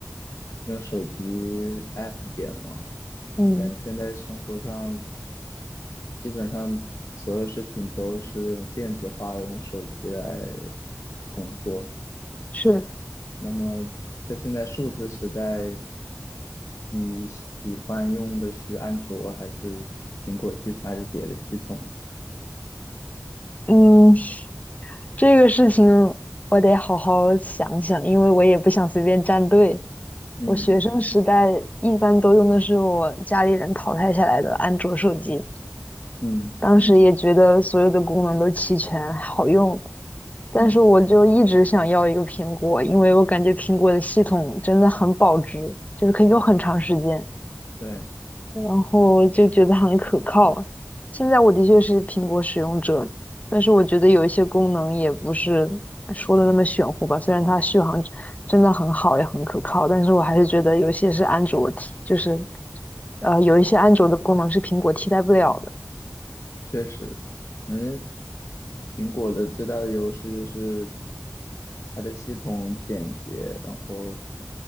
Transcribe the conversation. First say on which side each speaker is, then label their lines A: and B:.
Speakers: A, on the left; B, on the left.
A: 用手机 app 点嘛。
B: 嗯，
A: 感觉现在生活上基本上所有事情都是用电子化的，用手机来工作。
B: 是，
A: 那么在现在数字时代，你喜欢用的是安卓还是苹果系统还是别的系统？
B: 嗯，这个事情我得好好想想，因为我也不想随便站队。
A: 嗯
B: 我学生时代一般都用的是我家里人淘汰下来的安卓手机，
A: 嗯
B: 当时也觉得所有的功能都齐全，好用。但是我就一直想要一个苹果，
A: 嗯，
B: 因为我感觉苹果的系统真的很保值，就是可以用很长时间。
A: 对。
B: 然后就觉得很可靠啊。现在我的确是苹果使用者，但是我觉得有一些功能也不是说的那么玄乎吧。虽然它续航真的很好，也很可靠，但是我还是觉得有些是安卓替就是呃，有一些安卓的功能是苹果替代不了的。
A: 确实，因为苹果的最大的优势就是它的系统简洁，然后